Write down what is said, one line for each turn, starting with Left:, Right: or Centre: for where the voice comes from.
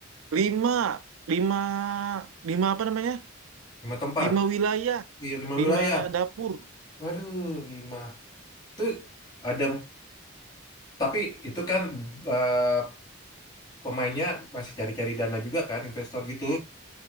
Right: lima lima lima apa namanya
Left: lima tempat
Right: lima wilayah
Left: di lima
Right: lima
Left: wilayah.
Right: dapur
Left: Waduh, lima. Tuh ada tapi itu kan eh, pemainnya masih cari-cari dana juga kan, investor gitu.